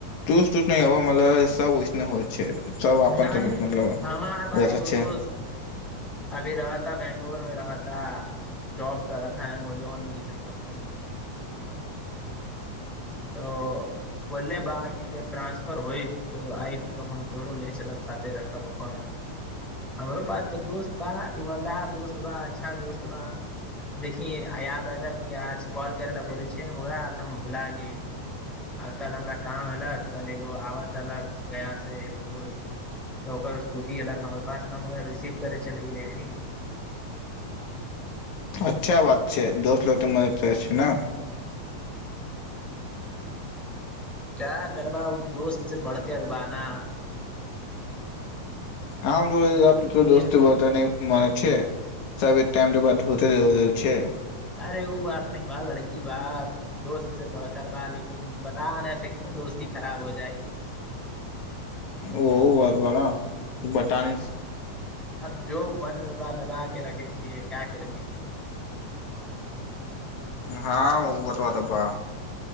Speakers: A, on the left; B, in the centre.
A: टुस टुस नहि अभ म सब ओहिसने होइ छै सब अपन
B: नहि
A: सब मतलब
B: हमार भााय
A: अच्छा
B: एगो
A: छै
B: दोस्त अभी रहता बैंगलोर मे रहता ा जॉब कराथा अमेजॉन मशन कम्पनीमे तऽ बोलले बा कि जब ट्रानंसफर होइ तो आयब तऽ हम तोहरो ले चलब साथे रखब अपन हमरो पास दोस्त बा ईमानदार दोस्त बा अच्छा दोस्त बा देखी याद अयलक कि आज कॉल करै लए बोलै छिय ओरा तऽ हम भुला गेल आ कल हमरा काम अलक कल एगो आबतलक गयासँ एगो दोस्त तऽ ओकर स्कूटी अलक हमर पास तऽ हम ओकरा रिसीव करै चलि गेलिय ह
A: अच्छा बात छै दोस्त लोकग ते मदद करै छै ने
B: क्या करबा ओ दोस्त बढ़के बाना
A: आ
B: लेकिन
A: तो दोस्त बोलते मान छ सब टाइम बादते छै
B: अरे उ बात नहि भा लड़की बा दोस्त से बढ़कर बा लेकिन बता नहि सकी न दोस्ती खराब हो जाइ
A: ओहो बरबर बटानिस
B: अब अब जो मनमे बा दबा के रखै छियै क्य करबी
A: हँ ओ ब तऽ बट ब